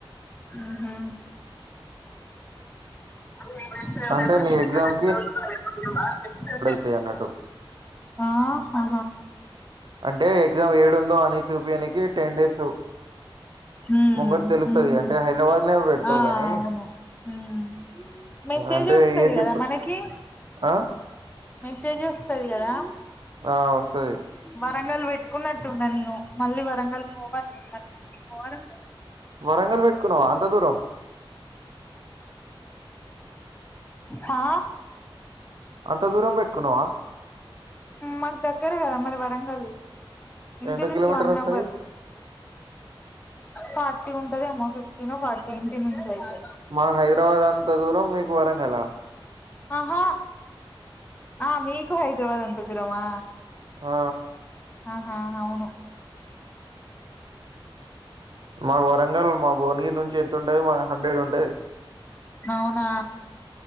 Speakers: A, on the left; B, on the right.
A: ఉహు <inaudible>
B: అంటే నీ ఎగ్జామ్ ది అన్నట్టు
A: ఆహా
B: అంటే ఎగ్జామ్ ఏడు ఉందో అని చూపీయానికి టెన్ డేస్
A: ఉమ్
B: ముంగటి తెలుస్తది
A: ఉహు
B: అంటే హైదరాబాద్నే పెడతావు
A: ఆ
B: గానీ
A: అవును ఉమ్ మెసేజ్
B: అంటే
A: వస్తది
B: ఏ చెప్ట్
A: కదా మనకి
B: ఆ
A: మెసేజ్ వస్తది కదా
B: ఆ వస్తుది
A: వరంగల్ పెట్టుకున్నట్టున్నా నేను మళ్ళీ వరంగల్ పోవాలి నేను మళ్ళీ ఇంటి పోవను
B: వరంగల్ పెట్టుకున్నావ అంత దూరం
A: హా
B: అంత దూరం పెట్టుకున్నావా
A: మాకు దగ్గర కదా మరి వరంగల్ ఇంటి
B: ఎంత
A: నుంచి
B: కిలోమీటర్
A: వన్
B: వస్తది
A: అవర్ ఫార్టీ ఉంటదేమో ఫిఫ్టీన్ ఫార్టీ ఇంటి నుంచి అయితే
B: మాకు హైదరాబాద్ అంత దూరం మీకు వరంగలా
A: ఆహా ఆ మీకు హైదరాబాద్ అంత దూరమా
B: ఆ
A: ఆహా అవును
B: మాకు వరంగల్ మా భువనగిరి నుంచి ఎంత ఉంటది వన్ హండ్రెడ్ ఉంటది
A: అవునా